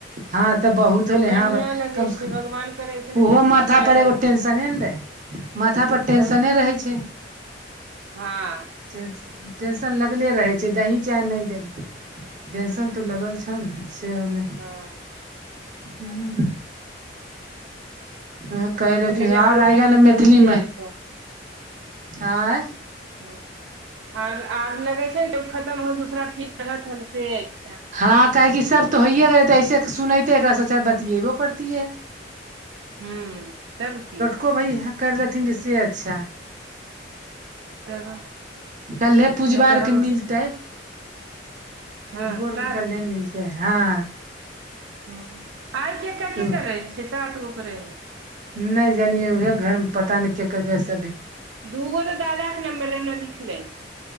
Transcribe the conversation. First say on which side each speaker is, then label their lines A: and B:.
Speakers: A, on the right; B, on the right.
A: हँ, तऽ बहुत होले
B: बढ़ियां
A: ह,
B: लगै
A: कम से
B: छै
A: कम
B: भगवान करे ऐसन ऐसन
A: ओहो माथा
B: कुछ रहै
A: पर एगो टें टेशने ने रहै, माथा पर टेंशने
B: तब
A: रहै छै।
B: हँ।
A: टेंन टेंशन लगले रहै छै, दहि चाहे नहि दहि। टेंशन
B: तब
A: तऽ लगल छौने, से होलै।
B: हँ।
A: हूं। ओ
B: बहुत
A: कहि रहे आओर
B: आरो
A: आएगा
B: रहत
A: ने
B: हन
A: मैथिलीमे,
B: से अच्छा
A: आएँ।
B: ह, आर आर लगे छै ने, तब खत्तम होल दूसरा फीर होत से, अच्छा!
A: हँ, काहेकि सब तऽ होइए गेलै, तऽ ऐसे सुनतै एकासँचा बतिएबो करतियै।
B: हू, तब की।
A: को भी हक कर लेथिन से अच्छा!
B: तऽ।
A: कल्हे पूजबा
B: नहि
A: आर
B: हम
A: के मिलते, पूजबो
B: हँ
A: आर
B: टास्क
A: के कल्हे मिलते। हँ।
B: ओ, आइ केकर
A: तऽ
B: -केकर रहै छै, सात गो के रहै।
A: नहि जानिये, उहे घर मे, पता नहि केकर गैस
B: दूगो तऽ दादाक के नम्बर रहे, हमरा दिखले।